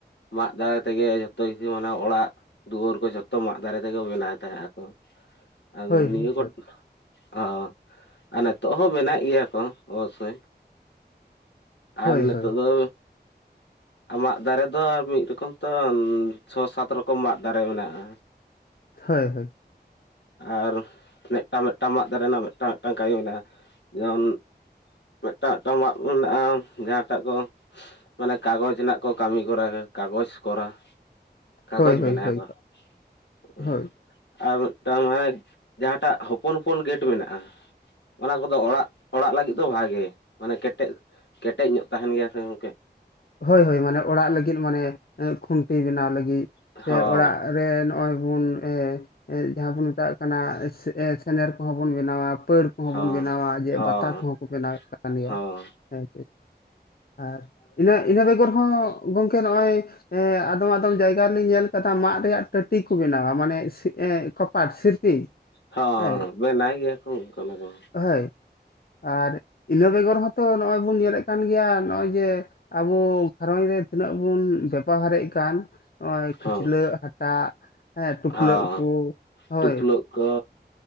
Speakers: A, on the left (about 85°); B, on the left (about 60°).
A: ᱢᱟᱫ ᱫᱟᱨᱮ ᱛᱮᱜᱮ ᱡᱚᱛᱚ ᱠᱤᱪᱷᱩ ᱢᱟᱱᱮ ᱚᱲᱟᱜ ᱫᱩᱣᱟᱹᱨ ᱠᱚ ᱡᱚᱛᱚ ᱢᱟᱫ ᱫᱟᱨᱮ ᱛᱮᱜᱮ ᱵᱮᱱᱟᱣ ᱛᱟᱦᱮᱸᱫ ᱟᱠᱚ ᱾ ᱟᱫᱚ
B: ᱦᱳᱭ
A: ᱱᱤᱭᱟᱹ
B: ᱦᱳᱭ
A: ᱠᱚ ᱚ ᱟᱨ ᱱᱤᱛᱚᱜ ᱦᱚᱸ ᱢᱮᱱᱟᱜ ᱜᱮᱭᱟ ᱠᱚ ᱚᱵᱚᱥᱥᱳᱭ ᱾
B: ᱦᱳᱭ
A: ᱟᱨ
B: ᱦᱳᱭ
A: ᱱᱤᱛᱚᱜ
B: ᱦᱳᱭ
A: ᱫᱚ ᱢᱟᱫ ᱫᱟᱨᱮ ᱫᱚ ᱟᱨ ᱢᱤᱫ ᱨᱚᱠᱚᱢ ᱛᱚ ᱪᱷᱚ, ᱥᱟᱛ ᱨᱚᱠᱚᱢ ᱢᱟᱫ ᱫᱟᱨᱮ ᱢᱮᱱᱟᱜᱼᱟ ᱾
B: ᱦᱳᱭ ᱦᱳᱭ ᱾
A: ᱟᱨ ᱢᱤᱫᱴᱟᱝ, ᱢᱤᱫᱴᱟᱝ ᱢᱟᱫ ᱫᱟᱨᱮ ᱨᱮᱱᱟᱜ ᱢᱤᱫᱴᱟᱝ, ᱢᱤᱫᱴᱟᱝ ᱠᱟᱹᱢᱤ ᱢᱮᱱᱟᱜᱼᱟ᱾ ᱡᱮᱢᱚᱱ ᱢᱤᱫᱴᱟᱝ, ᱢᱤᱫᱴᱟᱝ ᱢᱟᱫ ᱢᱮᱱᱟᱜᱼᱟ᱾ ᱡᱟᱦᱟᱸᱴᱟᱜ ᱫᱚ ᱢᱟᱱᱮ ᱠᱟᱜᱚᱡᱽ ᱨᱮᱱᱟᱜ ᱠᱚ ᱠᱟᱹᱢᱤ ᱠᱚᱨᱟ, ᱠᱟᱜᱚᱡᱽ ᱠᱚᱨᱟ ᱾ ᱠᱟᱜᱚᱡᱽ
B: ᱦᱳᱭ ᱦᱳᱭ
A: ᱵᱮᱱᱟᱣ-ᱟ
B: ᱦᱳᱭ
A: ᱛᱚ
B: ᱦᱳᱭ
A: ᱾ ᱟᱨ ᱢᱤᱫᱴᱟᱝ ᱢᱟᱱᱮ ᱡᱟᱦᱟᱸᱴᱟᱜ ᱦᱚᱯᱚᱱ, ᱦᱚᱯᱚᱱ ᱜᱮᱴ ᱢᱮᱱᱟᱜᱼᱟ ᱾ ᱚᱱᱟ ᱠᱚᱫᱚ ᱚᱲᱟᱜ, ᱚᱲᱟᱜ ᱞᱟᱹᱜᱤᱫ ᱫᱚ ᱵᱷᱟᱜᱮ ᱢᱟᱱᱮ ᱠᱮᱴᱮᱡ ᱠᱮᱴᱮᱡ ᱧᱚᱜ ᱛᱟᱦᱮᱸᱱ ᱜᱮᱭᱟ ᱥᱮ ᱜᱚᱝᱠᱮ ᱾
B: ᱦᱳᱭ, ᱦᱳᱭ ᱢᱟᱱᱮ ᱚᱲᱟᱜ ᱞᱟᱹᱜᱤᱫ ᱢᱟᱱᱮ ᱠᱷᱩᱱᱴᱤ ᱵᱮᱱᱟᱣ ᱞᱟᱹᱜᱤᱫ
A: ᱦᱚᱸ
B: ᱥᱮ ᱚᱲᱟᱜ ᱨᱮ ᱱᱚᱜᱼᱚᱭ ᱵᱚᱱ ᱮ ᱮ ᱡᱟᱦᱟᱸ ᱵᱚᱱ ᱢᱮᱛᱟᱜ ᱠᱟᱱᱟ ᱥᱮᱱᱮᱨ ᱠᱚᱦᱚᱸ ᱵᱚᱱ ᱵᱮᱱᱟᱣᱟ ᱯᱟᱹᱲ ᱠᱚᱸᱦᱚ
A: ᱦᱚᱸ
B: ᱵᱚᱱ ᱵᱮᱱᱟᱣᱟ ᱡᱮ
A: ᱦᱚᱸ
B: ᱵᱟᱛᱟ ᱠᱚᱦᱚᱸ ᱠᱚ ᱵᱮᱱᱟᱣᱮᱫ ᱠᱟᱱ ᱜᱮᱭᱟ
A: ᱦᱚᱸ
B: ᱦᱮᱸ, ᱟᱨ ᱤᱱᱟᱹ ᱤᱱᱟᱹ ᱵᱮᱜᱚᱨ ᱦᱚᱸ ᱜᱚᱝᱠᱮ ᱱᱚᱜᱼᱚᱭ ᱮᱸ ᱟᱫᱚᱢ ᱟᱫᱚᱢ ᱡᱟᱭᱜᱟ ᱨᱮᱞᱤᱧ ᱧᱮᱞ ᱠᱟᱫᱟ ᱢᱟᱫ ᱨᱮᱭᱟᱜ ᱴᱟᱹᱴᱤ ᱠᱚ ᱵᱮᱱᱟᱣᱟ, ᱢᱟᱱᱮ ᱠᱚᱯᱟᱴ ᱥᱤᱨᱯᱤᱧ
A: ᱦᱚᱸ
B: ᱦᱮᱸ᱾
A: ᱵᱮᱱᱟᱭ ᱜᱮᱭᱟ ᱠᱚ ᱚᱝᱠᱟ ᱚᱱᱟ ᱫᱚ᱾
B: ᱦᱚᱭ ᱟᱨ ᱤᱱᱟᱹ ᱵᱮᱜᱚᱨ ᱦᱚᱸᱛᱚ ᱱᱚᱜᱼᱚᱭ ᱵᱚᱱ ᱧᱮᱞᱮᱫ ᱠᱟᱱ ᱜᱮᱭᱟ ᱱᱚᱜᱼᱚᱭ ᱡᱮ ᱟᱵᱚ ᱜᱷᱟᱨᱚᱸᱡ ᱨᱮ ᱛᱤᱱᱟᱹᱜ ᱵᱩᱱ ᱵᱮᱯᱟᱦᱟᱨᱮᱜ ᱠᱟᱱ ᱱᱚᱜᱼᱚᱭ ᱠᱷᱟᱹᱪᱞᱟᱹᱜ
A: ᱦᱚᱸ
B: ᱦᱟᱴᱟᱜ ᱦᱮᱸ ᱴᱩᱯᱞᱟᱹᱜ
A: ᱦᱚᱸ
B: ᱠᱚ ᱦᱚᱭ᱾
A: ᱴᱩᱯᱞᱟᱹᱜ ᱠᱚ